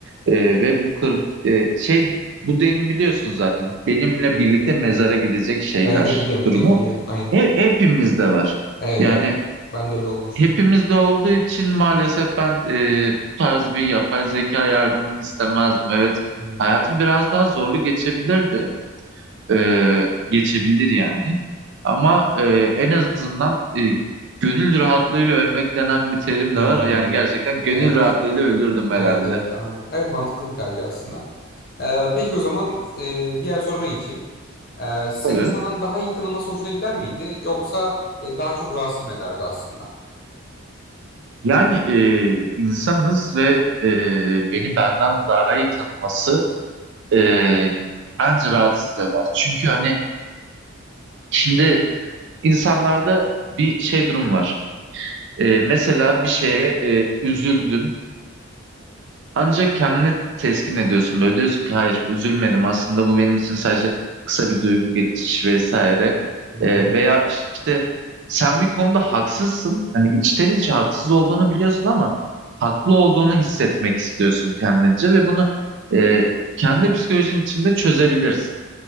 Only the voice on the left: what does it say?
Evet evet biliyorum tabii
ki biliyorum. Aynen.
Evet
evet. Ben de öyle olduğunu düşünüyorum.
Hmm.
Hmm.
Evet.
Evet evet anladım. Evet mantıklı bir tercih aslında. Ee, peki o zaman e, diğer soruma geçeyim. Ee, seni
senden daha iyi tanıması hoşuna gider miydi? Yoksa e, daha çok rahatsız mı ederdi aslında?
Hı
hı.